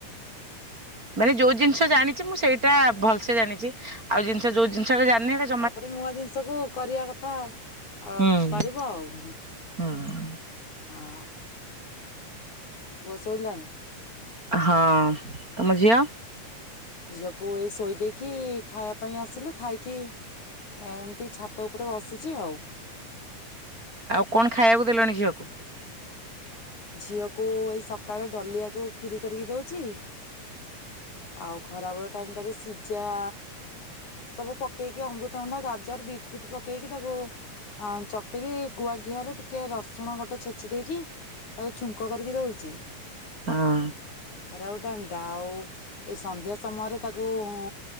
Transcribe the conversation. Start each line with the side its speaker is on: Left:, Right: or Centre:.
Right: ମାନେ ଯୋଉ ଜିନିଷ ଜାଣିଛି ମୁଁ ସେଇଟା ଭଲ ସେ ଜାଣିଛି, ଆଉ ଜିନିଷ ଯୋଉ ଜିନିଷ ଟା ଜାଣିନି ହେଟା
Left: ତାପରେ ନୂଆ ଜିନିଷ କୁ କରିବା କଥା ଆଉ
Right: ହୁଁ
Left: କରିବ ଆଉ ହୁଁ, ହୁଁ।
Right: ହୁଁ।
Left: ହଁ। ପୁଅ ଶୋଇଲାଣି?
Right: ହଁ, ତମ ଝିଅ?
Left: ଝିଅକୁ ଏଇ ଶୋଇ ଦେଇକି ଖାଇବା ପାଇଁ ଆସିଲୁ, ଖାଇକି ଏ ଏମିତି ଛାତ ଉପରେ ବସିଛି ଆଉ।
Right: ଆଉ କଣ ଖାଇବାକୁ ଦେଲଣି ଝିଅକୁ?
Left: ଝିଅକୁ ଏଇ ସକାଳେ ଡଲିଆକୁ ଖିରି କରିକି ଦଉଛି। ଆଉ ଖରାବେଳ ଟାଇମ୍ ଟା ରେ ସିଝା ସବୁ ପକେଇକି ଅମୃତଭଣ୍ଡା, ଗାଜର, ବିଟ୍ ଫିଟ୍ ପକେଇକି ତାକୁ ହଁ, ଚକଟିକି ଗୁଆ ଘିଅରେ ଟିକିଏ ରସୁଣ ଗୋଟେ ଛେଚି ଦେଇକି ତାକୁ ଛୁଙ୍କ କରିକି ଦଉଛି।
Right: ଆଁ
Left: ଖରା ବେଳ ଟାଇମ୍ ଟା ଆଉ ଏଇ ସନ୍ଧ୍ୟା ସମୟରେ ତାକୁ ଉଁ